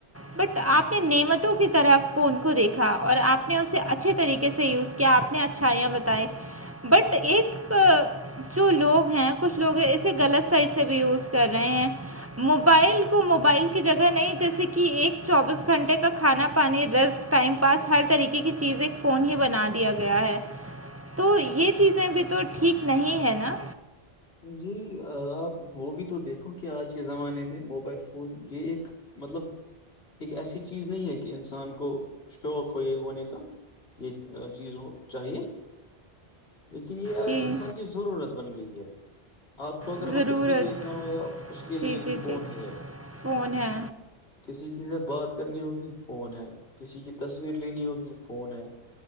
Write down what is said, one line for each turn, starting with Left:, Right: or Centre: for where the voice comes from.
Right: بٹ آپ
Left: جی
Right: نے نعمتوں کی طرح فون کو دیکھا اور آپ نے اسے اچھے طریقے سے یوز کیا آپ نے اچھائیاں بتائی بٹ ایک جو لوگ ہیں کچھ لوگ اسے غلط سائڈ سے بھی یوز کر رہے ہیں موبائل کو موبائل کی جگہ نہیں جیسے کہ ایک چوبیس گھنٹے کا کھانا پانی ریسٹ ٹائم پاس ہر طریقے کی چیز ایک فون ہی بنا دیا گیا ہے تو یہ چیزیں بھی تو ٹھیک نہیں ہے نا
Left: جی آپ وہ بھی تو دیکھو کہ آج کے زمانے میں موبائل فون یہ ایک مطلب ایک ایسی چیز نہیں ہے کہ انسان کو شوق ہو یہ ہونے کا یہ چیز چاہیے لیکن یہ آج
Right: جی
Left: انسان کی ضرورت بن گئی ہے آپ کو اگر
Right: ضرورت
Left: وقت بھی دیکھنا ہوگا اس کے
Right: جی
Left: لیے
Right: جی
Left: بھی فون
Right: جی
Left: ہی ہے
Right: فون ہے
Left: کسی کی سات بات کرنی ہوگی فون ہے کسی کی تصویر لینی ہوگی فون ہے